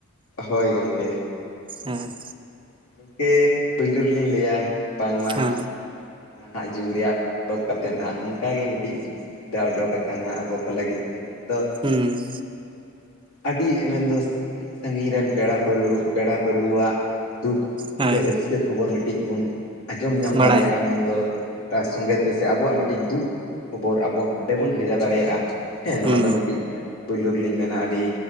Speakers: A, on the left; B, on the right.
A: ᱦᱳᱭ ᱜᱚᱢᱠᱮ᱾
B: ᱦᱮᱸ᱾
A: ᱜᱚᱢᱠᱮ ᱯᱩᱭᱞᱳ ᱨᱮᱞᱤᱧ ᱞᱟᱹᱭᱟ, ᱵᱟᱝᱢᱟ
B: ᱦᱮᱸ
A: ᱱᱟᱦᱟᱸᱜ ᱡᱩᱜᱽ ᱨᱮᱭᱟᱜ ᱯᱷᱳᱱ ᱚᱰᱳᱠ ᱠᱟᱛᱮᱫ ᱱᱟᱦᱟᱸᱜ ᱚᱱᱠᱟ ᱜᱮ ᱢᱤᱫᱴᱤᱡ ᱥᱩᱠᱽ ᱥᱩᱵᱤᱫᱷᱟ ᱚᱰᱳᱠ ᱟᱠᱟᱱᱟ ᱟᱵᱚ ᱠᱚ ᱞᱟᱹᱜᱤᱫ᱾ ᱛᱮᱦᱮᱧ ᱫᱚ
B: ᱦᱩᱸ
A: ᱟᱹᱰᱤ ᱢᱮᱱᱫᱚ ᱥᱟᱺᱜᱤᱧ ᱥᱟᱺᱜᱤᱧ ᱨᱮᱱ ᱯᱮᱲᱟ ᱯᱟᱹᱨᱣᱟᱹ, ᱯᱮᱲᱟ ᱯᱟᱹᱨᱟᱹᱣᱟᱜ ᱫᱩᱠ
B: ᱦᱮᱸ
A: ᱥᱮ ᱨᱟᱹᱥᱠᱟᱹ ᱠᱷᱚᱵᱚᱨ ᱢᱤᱫᱴᱤᱡ ᱵᱚᱱ ᱟᱸᱡᱚᱢ ᱧᱟᱢ
B: ᱵᱟᱲᱟᱭ
A: ᱫᱟᱲᱮᱭᱟᱜᱼᱟ᱾ ᱫᱚ ᱥᱚᱸᱜᱮ ᱛᱮᱥᱮ ᱟᱵᱚᱣᱟᱜ ᱢᱤᱫᱴᱤᱡ ᱫᱩᱠ ᱠᱷᱚᱵᱚᱨ ᱟᱵᱚ ᱦᱟᱸᱰᱮ ᱵᱚᱱ ᱵᱷᱮᱡᱟ ᱫᱟᱲᱮᱭᱟᱜᱼᱟ᱾ ᱦᱮᱸ ᱱᱚᱣᱟ
B: ᱦᱩᱸ
A: ᱫᱚ ᱢᱤᱫᱴᱤᱡ ᱮᱚ ᱯᱳᱭᱞᱳ ᱨᱮᱞᱤᱧ ᱢᱮᱱᱟ ᱟᱹᱰᱤ